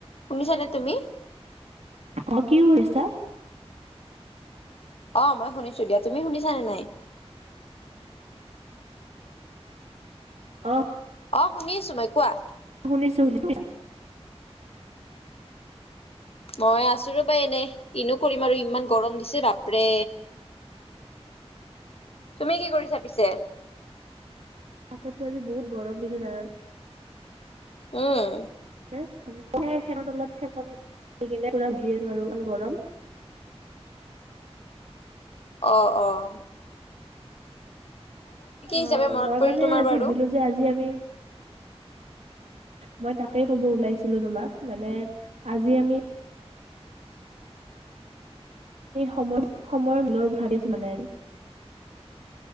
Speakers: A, on the left (about 60°); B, on the right (about 80°).
A: শুনিছানে তুমি।
B: অ কি কৰিছা
A: অ মই শুনিছো দিয়া তুমি শুনিছানে নাই।
B: অ
A: অ শুনি আছোঁ মই কোৱা।
B: শুনিছোঁ শুনিছোঁ
A: মই আছো ৰ'বা এনে কি নো কৰিম আৰু ইমান গৰম দিছে বাপৰে। তুমি কি কৰিছা পিছে।
B: তাকেটো আজি বহুত গৰম দিছে যানানে।
A: উম।
B: <unintelligible> দি কি পুৰা ভিৰ আৰু গৰম <inaudible>
A: আহ-আহ
B: অ,
A: হিচাপে মনত
B: মই
A: পৰিল
B: মানে
A: তোমাৰ
B: আজি
A: বাৰু?
B: ভাবিলো যে আজি আমি মই তাকেই কব উলাইছিলো। তোমাক মানে আজি আমি সময়-সময়ৰ মূলৰ ভাবি আছিলো নাই আজি